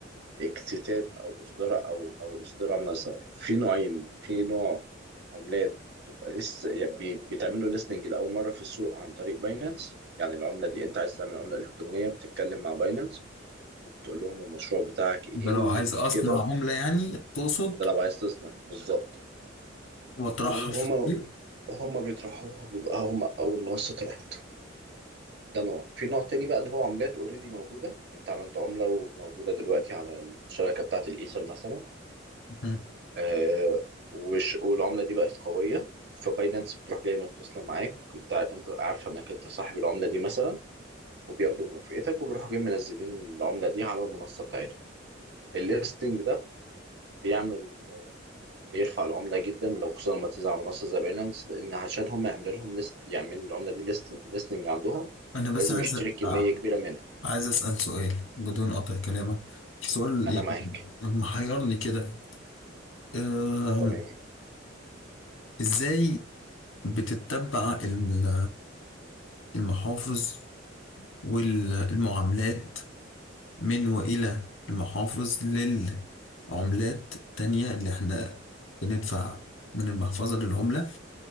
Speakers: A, on the right (about 60°); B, on the left (about 85°).
A: اكتتاب أو إصدار أو أو إصدار منصة في نوعين في نوع عملات تبقى لسه يعني بي- بتعملوا listening لأول مرة في السوق عن طريق باينانس يعني العملة دي أنت عايز تعمل عملة إلكترونية بتتكلم مع باينانس وبتقول لهم المشروع بتاعك إيه
B: ده لو
A: وكده
B: عايز أصنع عملة يعني تقصد
A: ده لو عايز تصنع بالظبط
B: وأطرحها
A: وهما
B: في السوق
A: هما بيطرحوها بيبقى هما أول منصة طرحتها ده نوع في نوع تاني بقى اللي هو عملات اوريدي موجودة انت عملت عملة وموجودة دلوقتي على الشبكة بتاعة الايثر مثلا
B: مم.
A: آه وش والعملة دي بقت قوية فباينانس بتروح جاي متصلة معاك انت انت عارفة انك انت صاحب العملة دي مثلا وبياخدوا موافقتك وبيروحوا جايين منزلين العملة دي على المنصة بتاعتهم الليستنج ده بيعمل بيرفع العملة جدا لو خصوصا لما تنزل على منصة زي باينانس لأن عشان هم يعملوا لهم ليست يعملوا العملة دي ليستنج عندهم
B: أنا بس
A: لازم
B: عايز
A: يشتري كمية
B: آه،
A: كبيرة منها
B: عايز أسأل سؤال بدون قطع كلامك في سؤال
A: أنا
B: يعني
A: معاك
B: محيرني كده آم،
A: تمام
B: إزاي بتتبع الم- المحافظ والمعاملات من وإلى المحافظ للعملات التانية اللي احنا بندفع من المحفظة للعملة